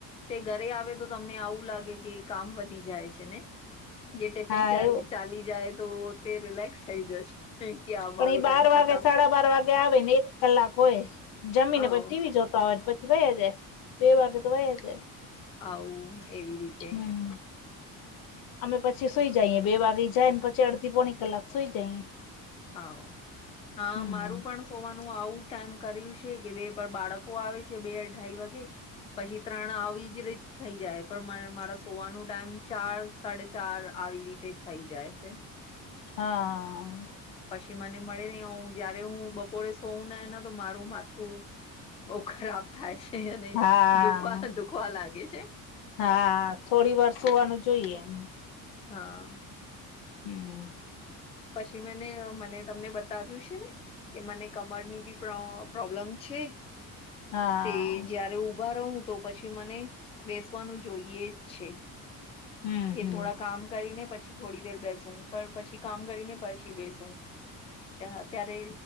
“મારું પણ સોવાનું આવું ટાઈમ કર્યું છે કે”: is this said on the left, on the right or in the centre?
Left